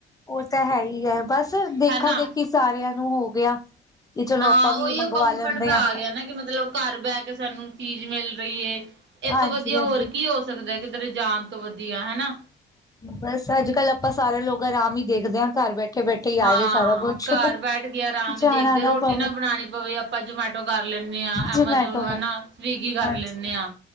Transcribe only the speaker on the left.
ਉਹ ਤਾਂ ਹੈ ਹੀ ਹੈ ਬਸ ਦੇਖਾ
ਦੇਖੀ ਸਾਰਿਆਂ ਨੂੰ ਹੋ ਗਿਆ। ਕਿ ਚਲੋ
ਆਪਾਂ ਵੀ
ਮੰਗਵਾ
ਲੈਂਦੇ
ਹਾਂ
ਹਾਂਜੀ
ਹਾਂਜੀ
ਬਸ ਅੱਜ ਕੱਲ ਆਪਾਂ ਸਾਰੇ ਲੋਕ ਆਰਾਮ ਹੀ ਦੇਖਦੇ ਹਾਂ। ਘਰ ਬੈਠੇ ਬੈਠੇ ਹੀ
ਆ ਜੇ ਸਾਰਾ ਕੁਛ
ਜਾਣਾ
ਪਵੇ
ਜਮੈਟੋ
ਦਾ
ਹਾਂਜੀ